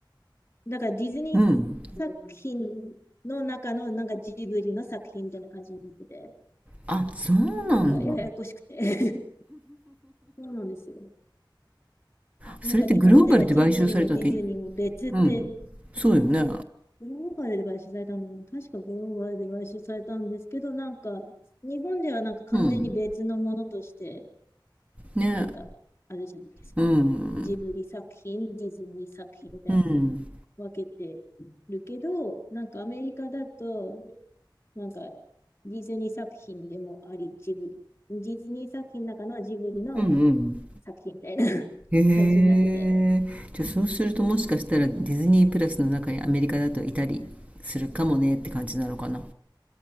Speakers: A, on the left; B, on the right.
A: だからディズニ
B: うん。
A: ー作品の中のなんかジブリの作品みたいな感じになってて。
B: あ、そうなんだ。
A: なんかややこしくて <laughs> そうなんですよ。
B: それってグローバルで買収されたわけ
A: なんか日本ではジブリもディズニーも別って、
B: うん。そうよね。
A: グローバルで買収されたのかな確かグローバルで買収されたんですけど、なんか日本ではなんか完全に別のものとして、
B: うん。ねえ。
A: なんかあるじゃないですか。
B: うん。
A: ジブリ作品、ディズニー作品みたいに
B: うん。
A: 分けてるけど、なんかアメリカだと、なんかディズニー作品でもあり、ジブリ。ディズニー作品の中のジブリの
B: うんうん。
A: 作品みたいな <laughs>
B: へえ。
A: 感じになってて、
B: じゃあそうするともしかしたらディズニープラスの中にアメリカだといたりするかもねって感じなのかな。